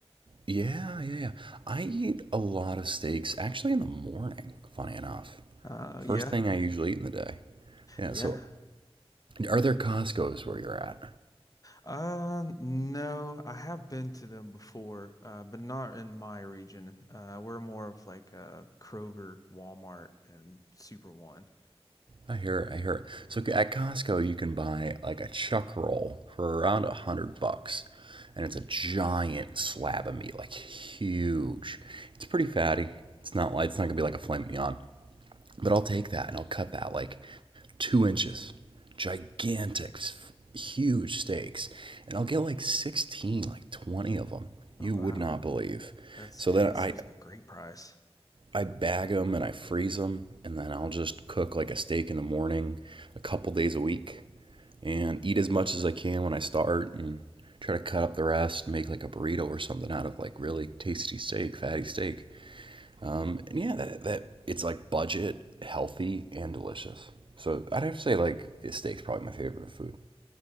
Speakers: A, on the right (about 55°); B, on the left (about 35°).
A: Yeah, yeah, yeah. I eat a lot of steaks actually in the morning, funny enough.
B: <laughs> Uh yeah.
A: First thing I usually eat in the day. Yeah,
B: Yeah.
A: so are there Costco's where you're at?
B: Uh, no, I have been to them before, uh, but not in my region. Uh, we're more of like uh Kroger, Walmart, and Super One.
A: I hear it, I hear it. So at Costco you can buy like a chuck roll for around a hundred bucks. And it's a giant slab of meat, like huge. It's pretty fatty. It's not like it's not gonna be like a filet mignon. But I'll take that and I'll cut that like two inches, gigantic, huge steaks, and I'll get like sixteen, like twenty of them.
B: Oh
A: You
B: wow.
A: would not believe.
B: That's
A: So
B: yeah,
A: then
B: that
A: I
B: sounds like a great price.
A: I bag them and I freeze them, and then I'll just cook like a steak in the morning, a couple days a week, and eat as much as I can when I start, and try to cut up the rest, make like a burrito or something out of like really tasty steak, fatty steak. Um, and yeah, that, that it's like budget, healthy, and delicious. So I'd have to say like steak's probably my favorite food.